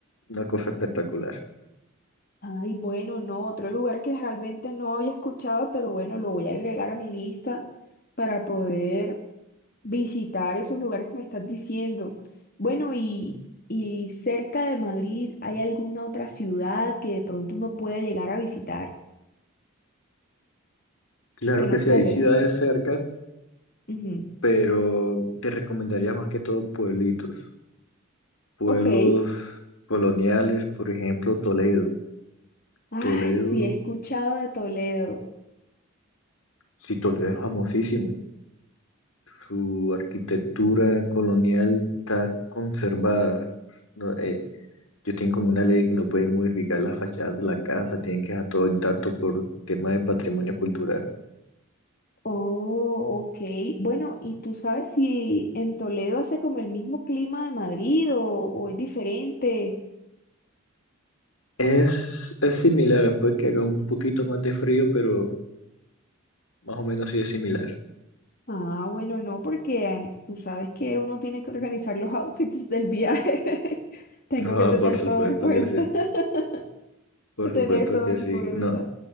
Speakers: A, on the left (about 75°); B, on the left (about 45°).
A: una cosa espectacular.
B: Ay, bueno, no, otro lugar que realmente no había escuchado, pero bueno, lo voy a agregar a mi lista para poder visitar esos lugares que me estás diciendo. Bueno, y, y cerca de Madrid, ¿hay alguna otra ciudad que de pronto uno pueda llegar a visitar
A: Claro
B: que
A: que
B: no sea
A: sí, hay
B: lejos?
A: ciudades cercas,
B: Ujú.
A: pero te recomendaría más que todo pueblitos, pueblos
B: Ok.
A: coloniales, por ejemplo, Toledo.
B: Ay,
A: Toledo,
B: sí, he escuchado de Toledo.
A: sí, Toledo es famosísimo. Su arquitectura colonial está conservada. No, eh, ellos tienen como una ley que no pueden modificar las fachadas de la casa, tienen que dejar todo intacto por tema de patrimonio cultural.
B: Oh, ok. Bueno, ¿y tú sabes si en Toledo hace como el mismo clima de Madrid o, o es diferente?
A: Es, es similar, después que haga un poquito más de frío, pero más o menos sí es similar.
B: Ah, bueno, no, porque eh, tú sabes que uno tiene que organizar los <laughs> outfits del viaje. <laughs> Tengo
A: <laughs> Ah,
B: que tener
A: por supuesto
B: todo en cuenta.
A: que sí,
B: <laughs>
A: por
B: Que tener
A: supuesto
B: todo
A: que
B: en
A: sí.
B: cuenta.
A: No,